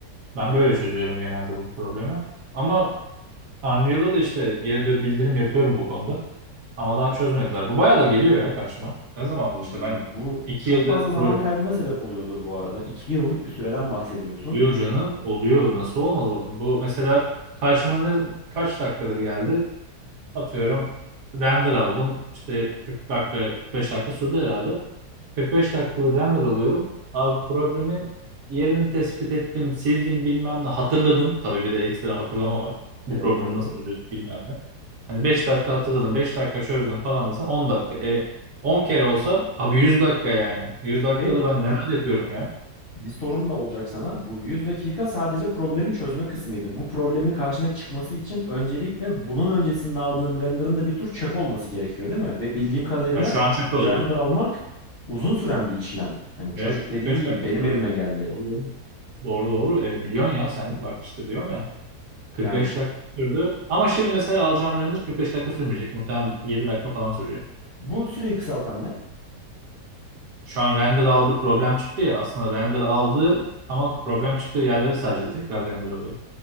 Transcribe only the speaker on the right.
Ben böyle çözüyorum genelde bu problemi. Ama Unreal'da da işte geri dö- bildirim yapıyorum bu konuda. Ama daha çözmediler. Bu bayağıdır geliyor ya karşıma. Ne zamandır
işte ben
iki
yıldır
pro-
Yo canım oluyor. Nasıl olmaz o? Bu mesela karşıma ne kaç dakikadır geldi? Atıyorum render aldım. İşte 40 dakika, 45 dakika sürdü herhalde. 45 dakikalık render alıyorum. Abi problemin yerini tespit ettim, sildim bilmem ne hatırladım. Tabii bir de ekstra hatırlama var.
Bu problemi
nasıl çözüyorduk bilmem ne. Hani 5 dakika hatırladım, 5 dakika çözdüm falan desen 10 dakika. E 10 kere olsa abi 100 dakika yani. 100 dakikada
ben neler yapıyorum ya.
Ha, şu an çöp oldu.
Evet
45
dakika
sürdü.
Doğru. Doğru doğru. E, biliyorsun ya sen bak işte diyorum ya. 45
dakika sürdü. Ama şimdi mesela alacağım render 45 dakika sürmeyecek. Muhtemelen 7 dakika falan sürecek.
Şu an render aldı problem çıktı ya. Aslında render aldı ama problem çıktığı yerleri sadece tekrar render alıyor.